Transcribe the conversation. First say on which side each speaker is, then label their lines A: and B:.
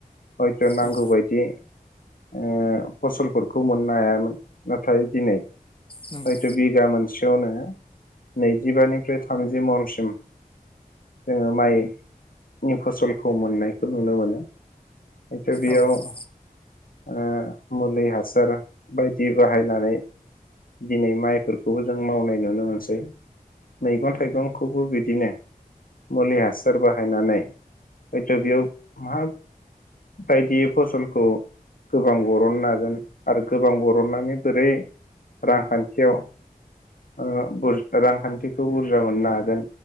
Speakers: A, on the left; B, on the left.
A: हयथ' नांगौबायदि
B: औ
A: ओ फसलफोरखौ मोननो हायामोन नाथाय दिनै
B: नंगौ
A: हयथ' बिगा मोन सेयावनो नैजिबानिफ्राय थामजि मनसिम जोङो माइनि फसलखौ मोननायखौ नुनो मोनो हयथ' बेयाव
B: औ
A: ओ
B: औ
A: मुलि हासार बायदि बाहायनानै दिनै माइफोरखौबो जों मावनाय नुनो मोनसै मैगं थाइगंखौबो बिदिनो मुलि हासार बाहायनानै हयथ' बेयाव मा बायदियै फसलखौ गोबां बरननो हागोन आरो गोबां बरननानै बोरै रांखान्थियाव ओ बुर रांखान्थिखौ बुरजा मोननो हागोन